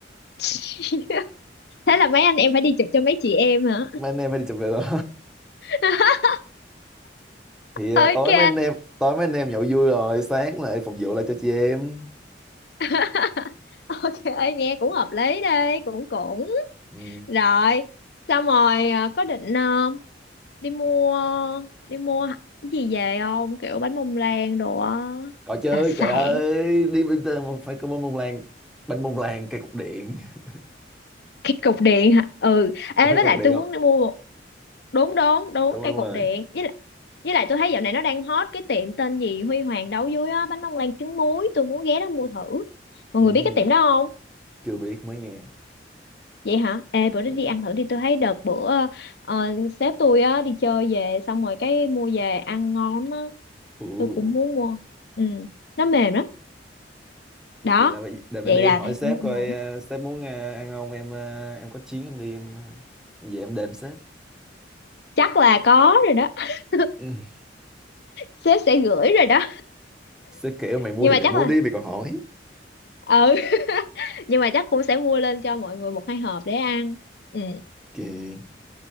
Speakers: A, on the left (about 60°); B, in the centre.
A: <laughs> thế là mấy anh em phải đi chụp cho mấy chị em hả
B: mấy anh em phải đi chụp được rồi
A: <laughs>
B: <laughs> thì ờ,
A: ok
B: tối mấy anh em tối mấy anh em nhậu vui rồi sáng lại phục vụ lại cho chị em
A: <laughs> ok nghe cũng hợp lý đi cũng cũng
B: ừ.
A: rồi xong rồi à, có định à, đi mua đi mua cái gì về không kiểu bánh bông lan đồ á
B: có chứ
A: đặc sản
B: trời ơi đi bây giờ mà phải có bánh bông lan bánh bông lan cây cục điện <laughs>
A: cái cục điện hả ừ ê
B: Ủa, phải
A: với
B: cây
A: lại
B: cục điện
A: tôi
B: không
A: muốn đi mua đúng đúng đúng
B: đúng rồi,
A: cây
B: đúng
A: cột
B: rồi
A: điện với lại với lại tôi thấy dạo này nó đang hot cái tiệm tên gì Huy Hoàng đấu dưới á bánh bông lan trứng muối tôi muốn ghé đó mua thử mọi
B: ừ,
A: người biết cái tiệm đó không
B: chưa biết mới nghe
A: vậy hả ê bữa đó
B: Ờ,
A: đi ăn thử đi tôi thấy đợt bữa ờ, sếp tôi á đi chơi về xong rồi cái mua về ăn ngon lắm á
B: ừ.
A: tôi cũng muốn mua ừ nó mềm lắm đó
B: vậy là bây- đợt này
A: vậy
B: đi
A: là
B: hỏi
A: thấy
B: sếp
A: cũng ổn
B: coi
A: ổn
B: ờ, sếp muốn ờ, ăn không em ờ, em có chuyến em đi em ờ, về em đền sếp <laughs>
A: chắc là có rồi đó <laughs>
B: ừ.
A: sếp sẽ gửi rồi đó
B: sếp kêu mày mua
A: nhưng
B: thì
A: mà
B: mày
A: chắc
B: mua
A: là
B: đi mày còn hỏi
A: ừ <laughs> nhưng mà chắc cũng sẽ mua lên cho mọi người một hai hộp để ăn ừ
B: kì